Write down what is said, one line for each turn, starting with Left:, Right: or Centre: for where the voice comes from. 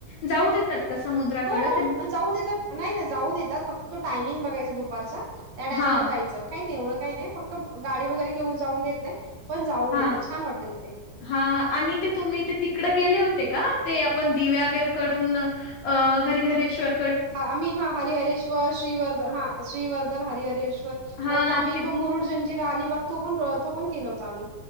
Left: जाऊ देतात मुद्राकडे
Right: हो, हो. जाऊ देतात नाही जाऊ देतात फक्त टायमिंग बघायच दुपारचा त्या टायमाला
Left: हां,
Right: जायचं काही नाही एवढं काही नाही फक्त गाडी वगैरे घेऊन जाऊन देत नाही पण जाऊ देतात.
Left: हा
Right: छान वाटतं तिथे.
Left: हा आणि ते तुम्ही ते तिकडं गेले होते का ते आपण दिव्यागर कडून अ हरे हरेश्वर
Right: हा आम्ही हा हरिहरेश्वर श्रीवर्धन हा श्रीवर्धन हरि हरेश्वर
Left: हां,
Right: परत आम्ही
Left: ते
Right: तो रुर जंजिरा अलीबाग तो पण तो पण केला होता आम्ही